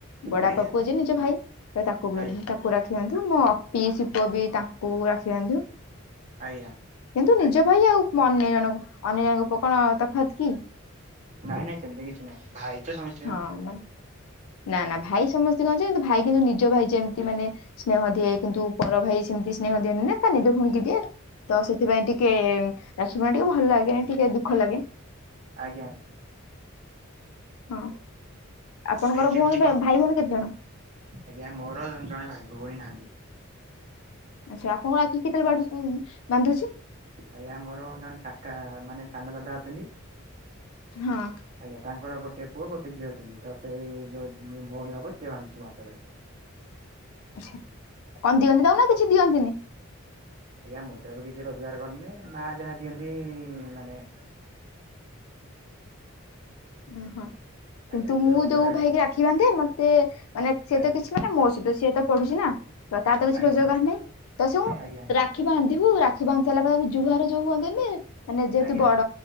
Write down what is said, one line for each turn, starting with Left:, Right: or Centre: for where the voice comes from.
Left: ବଡାଆପା
Right: ଆଜ୍ଞା
Left: ପୁଅ ଯିଏ ନିଜ ଭାଇ। ତ ତାକୁ ବି
Right: ଆଜ୍ଞା
Left: ତା କୁ ରାକ୍ଷୀ ବାନ୍ଧୁ। ମୋ ପିଇସି ପୁଅ ବି ତାଙ୍କୁ ରାକ୍ଷୀ ବାନ୍ଧୁ।
Right: ଆଜ୍ଞା
Left: କିନ୍ତୁ ନିଜ ଭାଇ ଆଉ ଅନ୍ୟ ଜଣ ଅନ୍ୟ ଜଣଙ୍କ ପୁଅ କଣ ତଫାତ୍ କି?
Right: ନାଇଁ ନାଇଁ ସେମତି କିଛି ନାଇଁ ଭାଇ। ତ ସମସ୍ତିଙ୍କ
Left: ହଁ ମା ନା ନା ଭାଇ ସମସ୍ତଙ୍କ ଯେ କିନ୍ତୁ ନିଜ ଭାଇ କିନ୍ତୁ ନିଜ ଭାଇ ଯେମିତି ମାନେ ସ୍ନେହ ଦିଏ କିନ୍ତୁ ପର ଭାଇ ସେମିତି ସ୍ନେହ ଦିଏନି ନା ତା ନିଜ ଭଉଣୀକୁ ଦିଏ। ତ ସେଥିପାଇଁ ଟିକେ ରାକ୍ଷୀ ପାଇଁ ଟିକେ ଭଲ ଲାଗେନି ଟିକେ ଦୁଃଖ ଲାଗେ।
Right: ଆଜ୍ଞା ଆଜ୍ଞା।
Left: ହଁ ଆପଣଙ୍କର
Right: ଆଜ୍ଞା କେମିତି
Left: ଭଉଣୀ
Right: କଣ
Left: ଭାଇ ଭଉଣୀ କେତେଜଣ?
Right: ଆଜ୍ଞା ମୋର ଜଣେ ଭାଇ ଭଉଣୀ ନାହାନ୍ତି।
Left: ଆଚ୍ଛା ଆପଣଙ୍କ ରାକ୍ଷୀ କେତେବେଳ ବାଢୁ ବାନ୍ଧୁଛି?
Right: ଆଜ୍ଞା ମୋର ଜଣେ କାକା ମାନେ ସାନ ଦାଦା ଅଛନ୍ତି।
Left: ହଁ।
Right: ଆଜ୍ଞା ତାଙ୍କର ଗୋଟେ ପୁଅ ଗୋଟେ ଝିଅ ଅଛନ୍ତି ତ ସେଇ ଯୋଉ ଭଉଣୀ ହବ ସିଏ ବାନ୍ଧୁଛି ମୋ ହାତରେ ରାକ୍ଷୀ।
Left: ଆଛା କଣ ଦିଅନ୍ତି
Right: ଆଜ୍ଞା।
Left: ତାକୁ ନା କିଛି ଦିଅନ୍ତିନି?
Right: ଆଜ୍ଞା ମୁଁ ତ ଏବେ କିଛି ରୋଜଗାର କରିନି ମା ଯାହା ଦିଅନ୍ତି ମାନେ
Left: ଓହୋ
Right: ଆଜ୍ଞା
Left: କିନ୍ତୁ
Right: ଯେବେ
Left: ମୁଁ
Right: ରୋଜଗାର
Left: ଯୋଉ ଭାଇକି ରାଖି ବାନ୍ଧେ ମତେ ମାନେ ସିଏ
Right: ଆଜ୍ଞା
Left: ତ କିଛି ମାନେ ମୋ ସହିତ ସିଏ ତ ପଢୁଛି ନା ତ ତା ତ କିଛି
Right: ଆଜ୍ଞା
Left: ରୋଜଗାର ନାହିଁ। ତ ସେ
Right: ଆଜ୍ଞା
Left: ରାକ୍ଷୀ ବାନ୍ଧିବୁ ରାକ୍ଷୀ ବାନ୍ଧି ସାରିଲା ପରେ ତାକୁ ଜୁହାର ଯୋଉ ହୁଅନ୍ତିନି? ମାନେ ଯେହେତୁ
Right: ଆଜ୍ଞା
Left: ବଡ